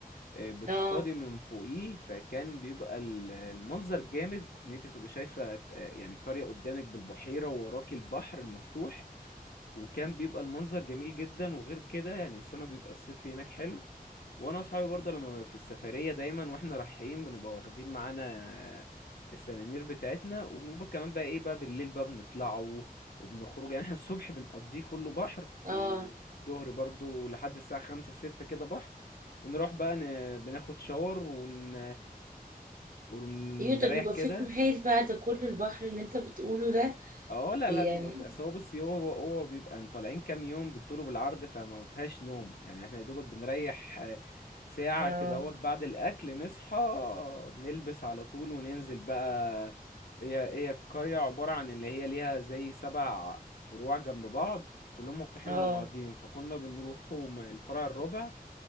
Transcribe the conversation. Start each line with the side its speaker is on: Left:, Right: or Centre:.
Left: آه، بتصطادي
Right: اه
Left: من فوقيه فكان بيبقى ال- المنظر جامد ان انت بتبقى شايفه ك- يعني القريه قدامك بالبحيره ووراكي البحر المفتوح وكان بيبقى المنظر جميل جدا وغير كده يعني السمك بيبقى الصيد فيه هناك حلو وانا واصحابي برضه لما في السفريه دايما واحنا رايحين بنبقى واخدين معانا السنانير بتاعتنا وبنبقى كمان بقى ايه بقى بالليل بقى بنطلعوا وبنخرج يعني احنا الصبح بنقضيه كله بحر
Right: اه
Left: والظهر برضه لحد الساعه خمسة ستة كده بحر ونروح بقى ن... بناخد شاور ون... ونريح
Right: ايوه طب يبقى
Left: كده
Right: فيكم حيل بقى ده كل البحر اللي انت بتقوله ده
Left: اه لا
Right: دي
Left: لا
Right: يعني
Left: بيبقى في اصل هو بصي هو هو هو بيبقى طالعين كام يوم بالطول وبالعرض فما فيهاش نوم يعني احنا يا دوبك بنريح آه، ساعة
Right: اه
Left: كده اهوت بعد الاكل نصحى نلبس على طول وننزل بقى هي هي القرية عبارة عن اللي هي ليها زي سبع فروع جنب بعض كلهم مفتوحين
Right: اه
Left: على بعضهم فكنا بنروحوا م- الفرع الرابع